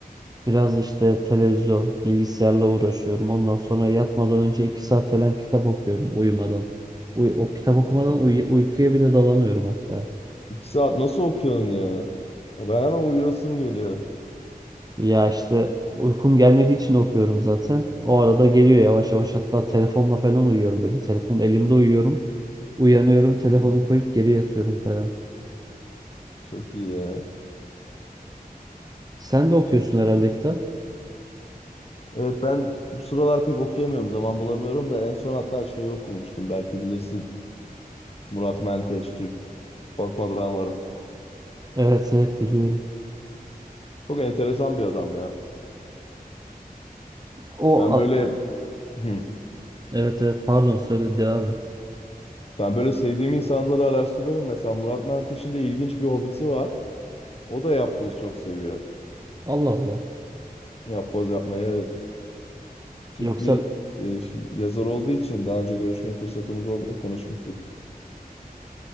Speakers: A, on the right; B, on the left.
A: biraz işte televizyon, bilgisayarla uğraşıyorum. Ondan sonra yatmadan önce 2 saat falan kitap okuyorum uyumadan. Uy- o kitap okumadan
B: O çok
A: uy-
B: iyi.
A: uykuya bile dalamıyorum hatta.
B: İki saat nasıl okuyorsun ya? Ya Ben hemen uyuyasım geliyor.
A: Ya işte uykum gelmediği için okuyorum zaten. O arada geliyor yavaş yavaş hatta telefonla falan uyuyorum böyle. Telefon elimde uyuyorum. Uyanıyorum, telefonu
B: Hı hı,
A: koyup geri yatıyorum falan.
B: Çok iyi ya.
A: Sen de okuyorsun
B: Gerçekten.
A: herhalde kitap.
B: Evet ben bu sıralar pek okuyamıyorum. Zaman bulamıyorum da en son hatta şeyi okumuştum. Belki bilirsin. Murat Menteş Türk. Korkma ben varım.
A: Evet evet biliyorum.
B: Çok enteresan bir adam ya.
A: O
B: Ben
A: a-
B: böyle hı,
A: evet evet pardon söyle devam et.
B: ben böyle sevdiğim insanları araştırırım. Mesela Murat Menteş'in de ilginç bir hobisi var. O da yapboz çok seviyor.
A: Allah Allah.
B: Yapboz yapmayı evet. Türk
A: Yoksa
B: bir e, yazar olduğu için daha önce görüşme fırsatımız oldu, konuşmuştuk.